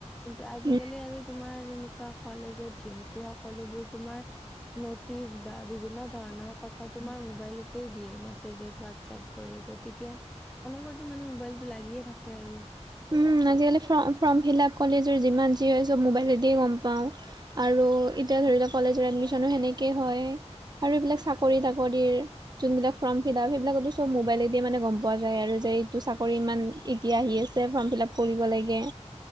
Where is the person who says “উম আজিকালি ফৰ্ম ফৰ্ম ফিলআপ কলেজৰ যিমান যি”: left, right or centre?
Right